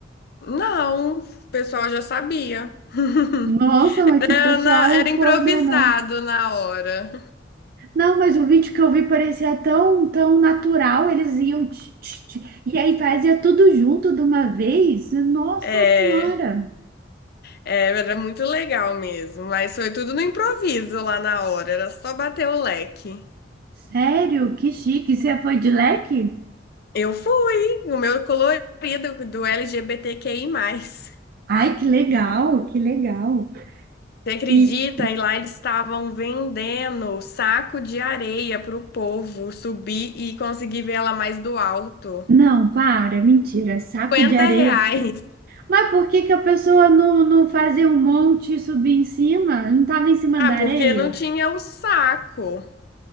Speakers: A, on the left (about 55°); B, on the right (about 50°).
A: Não, o pessoal já sabia. <laughs>
B: Nossa, mas que
A: Era,
B: pessoal
A: na- era improvisado
B: coordenado.
A: na hora.
B: Não, mas o vídeo que eu vi parecia tão, tão natural, eles iam tch, tch, tch, e aí fazia tudo junto de uma vez. Nossa
A: É.
B: Senhora!
A: É, era muito legal mesmo, mas foi tudo no improviso lá na hora, era só bater o leque.
B: Sério? Que chique. Você foi de leque?
A: Eu fui, o meu colorido do L G B T Q I mais.
B: Ai, que legal, que legal.
A: Você acredita?
B: E
A: E lá eles estavam vendendo saco de areia pro povo subir e conseguir ver ela mais do alto.
B: não, para, mentira, saco
A: 50
B: de areia.
A: reais.
B: Mas por que que a pessoa não, não fazia um monte e subir em cima? Não estava em cima
A: Ah,
B: da
A: porque
B: areia?
A: não tinha o saco.